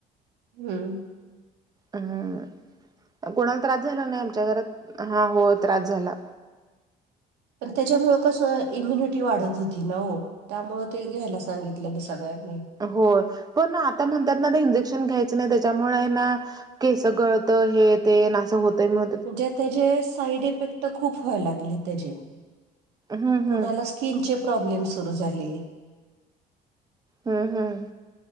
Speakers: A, on the right; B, on the right.
A: हम्म.
B: हम्म, कोणाला त्रास झाला नाही, आमच्या घरात. हा, हो, त्रास झाला.
A: पण त्याच्यामुळ कसं, इम्युनिटी वाढत होती ना हो. त्यामुळ ते घ्यायला सांगितलेलं सगळ्यांनी.
B: हो पण, आता म्हणतात ना, ते इंजेक्शन घ्यायचं नाही, त्याच्यामुळे ना, केस गळतं, हे ते न, असं होतंय म्ह
A: म्हणजे त्याचे साईड इफेक्ट खूप व्हाय लागले, त्याचे,
B: हम्म
A: कणालाच स्किनचे प्रॉब्लेम सुरू झाले.
B: हम्म हम्म.